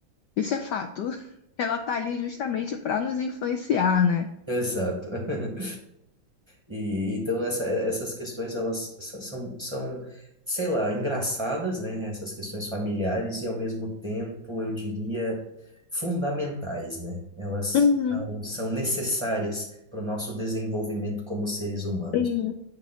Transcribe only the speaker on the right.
Exato. <laughs> E então essa, essas questões elas s- são, são, sei lá, engraçadas, né? Essas questões familiares e ao mesmo tempo, eu diria, fundamentais, né? Elas
são, são necessárias para o nosso desenvolvimento como seres humanos.